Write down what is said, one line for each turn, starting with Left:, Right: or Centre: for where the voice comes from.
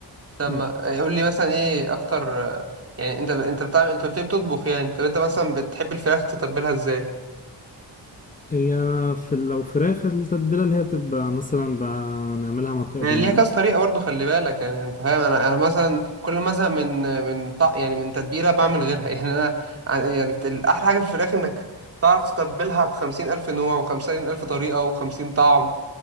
Right: طب
Left: الح-
Right: ما آه، قول لي مثلا ايه اكتر آه، يعني انت انت بتعمل انت قلت لي بتطبخ يعني طب انت مثلا بتحب الفراخ تتبلها ازاي
Left: هي في لو فراخ التتبيلة اللي هي بتبقى مثلا بنعملها مقابل
Right: يعني ليها كذا طريقه برضو خلي بالك يعني انت فاهم انا انا مثلا كل ما ازهق من من طق يعني من تتبيله بعمل غيرها <laughs> يعني انا آه، يعني الاحلى حاجه في الفراخ انك تعرف تتبلها بخمسين الف نوع وخمسين الف طريقه وخمسين طعم